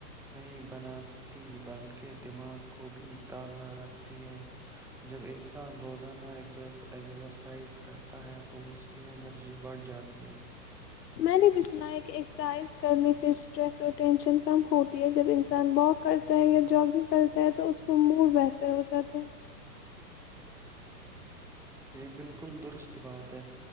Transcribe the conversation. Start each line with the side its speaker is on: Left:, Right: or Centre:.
Centre: نہیں بناتی بلکہ دماغ کو بھی تازہ رکھتی ہے جب انسان روزانہ س ایکزرسائز کرتا ہے تو اس کی انرجی بڑھ جاتی ہے
Left: میں نے بھی سنا ہے کہ ایکسرسائز کرنے سے اسٹریس اور ٹینشن کم ہوتی ہے جب انسان واک کرتا ہے یا جگنگ کرتا ہے تو اس کو موڈ بہتر ہو جاتا ہے
Centre: یہ بالکل درست ہے۔